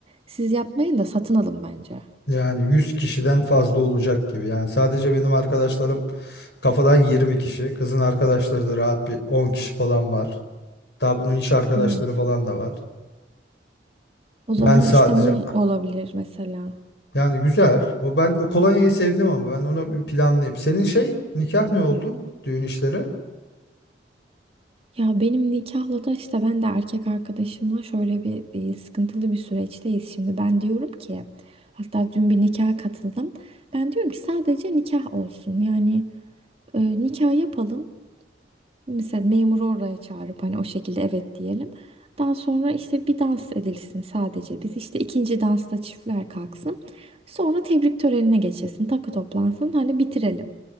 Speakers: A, on the right; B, on the left.
A: siz yapmayın da satın alın bence.
B: Yani yüz kişiden fazla olacak gibi. Yani sadece benim arkadaşlarım kafadan 20 kişi. Kızın arkadaşları da rahat bir 10 kişi falan var. Daha bunun iş arkadaşları
A: Hmm.
B: falan da var.
A: O zaman
B: Yani sadece
A: işte mum olabilir mesela.
B: Yani güzel. O ben o kolonyayı sevdim ama ben onu bir planlayayım. Senin şey nikah ne oldu? Düğün işleri.
A: Ya benim nikahla da işte ben de erkek arkadaşımla şöyle bir e, sıkıntılı bir süreçteyiz şimdi. Ben diyorum ki hatta dün bir nikaha katıldım. Ben diyorum ki sadece nikah olsun. Yani e, nikah yapalım. Mesela memuru oraya çağırıp hani o şekilde evet diyelim. Daha sonra işte bir dans edilsin sadece. Biz işte ikinci dansta çiftler kalksın. Sonra tebrik törenine geçilsin. Takı toplansın. Hani bitirelim.